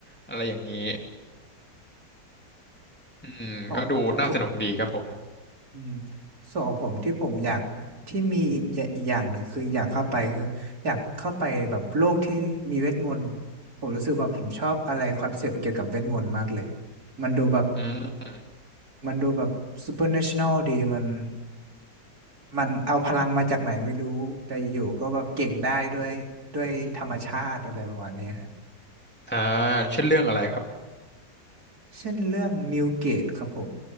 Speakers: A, in the centre; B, on the right.
A: อะไรอย่างนี้อืมก็ดูน่าสนุกดีครับผม
B: ของของผม อืมส่วนของผมที่ผมอยากที่มีอีกอย่าอีกอย่างหนึ่งคืออยากเข้าไปคืออยากเข้าไปแบบโลกที่มีเวทมนต์ผมรู้สึกว่าผมชอบอะไรคอนเซปต์เกี่ยวกับเวทมนต์มากเลยมันดูแบบ
A: อืม
B: มันดูแบบซูเปอร์เนชั่นแนลดีมันมันเอาพลังมาจากไหนไม่รู้แต่อยู่ๆก็แบบเก่งได้ด้วยด้วยธรรมชาติอะไรประมาณเนี้ยฮะ
A: อ่าเช่นเรื่องอะไรครับ
B: เช่นเรื่องนิวเกตครับผม